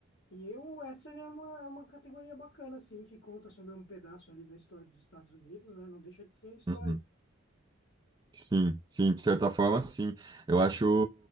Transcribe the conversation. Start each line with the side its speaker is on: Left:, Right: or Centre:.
Left: E eu, o Western é uma, é uma categoria bacana, assim, que conta sobre um pedaço ali da história dos Estados Unidos, né? Não deixa de ser histórico.
Right: Uhum. Sim, sim, de certa forma, sim. Eu acho,